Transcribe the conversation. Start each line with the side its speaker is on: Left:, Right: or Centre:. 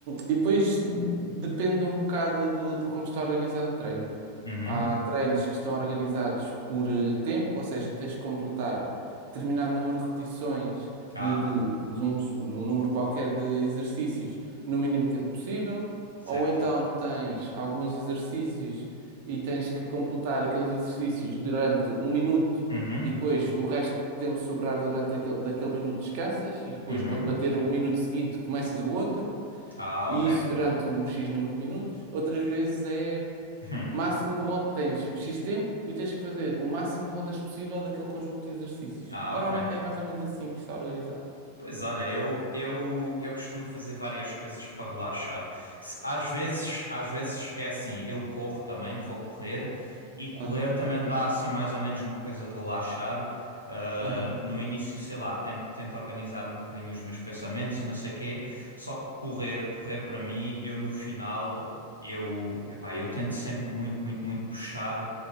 Right: e depois depende um bocado do, de como está organizado o treino.
Left: Uhum.
Right: Há treinos que estão organizados por eh, tempo, ou seja, tens que completar determinado número de repetições
Left: Ah,
Right: de, de- de um, de um número qualquer de exercícios no mínimo tempo possível,
Left: certo.
Right: ou então tens alguns exercícios e tens que completar aqueles exercícios durante um minuto
Left: Uhum.
Right: e depois o resto tempo sobrar durante aquele, daquele minuto descansas e depois,
Left: Uhum.
Right: quando bater o minuto seguinte, começas o outro,
Left: Ah,
Right: e
Left: ok. <laughs>
Right: isso durante um X número de minutos. Outras vezes é
Left: Hum.
Right: máximo de rondas, tens X tempo e tens que fazer o máximo de rondas possível daquele conjunto de exercícios.
Left: Ah,
Right: Normalmente
Left: ok.
Right: é mais ou menos assim que está organizado.
Left: Pois olha, eu, eu, eu costumo fazer várias coisas para relaxar. Se- Às vezes, às vezes é assim, eu corro também, vou correr e correr
Right: Aham,
Left: também dá assim mais ou menos uma coisa de relaxar. Ah,
Right: aham,
Left: no início, sei lá, tento, tento organizar um bocadinho os meus pensamentos e não sei quê. Só que correr, correr para mim, eu no final, eu, epá, eu tento sempre muito, muito, muito puxar